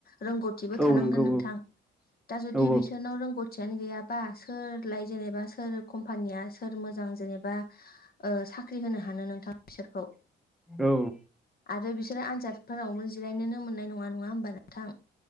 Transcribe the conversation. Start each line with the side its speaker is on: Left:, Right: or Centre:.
Left: रोंगौथिबो
Centre: औ
Left: थानांगोन
Centre: नंगौ
Left: नोंथां दा जुदि
Centre: औ
Left: बिसोरनाव रोंगौथियानो गैयाबा सोरलाय जेनेबा सोर कम्पानिया सोर मोजां जेनेबा ओ साख्रि होनो हानो नोंथां बिसोरखौ
Centre: औ
Left: आरो बिसोरो आनजादफोरावबो जिरायनोनो मोननाय नङा नङा होमबा नोंथां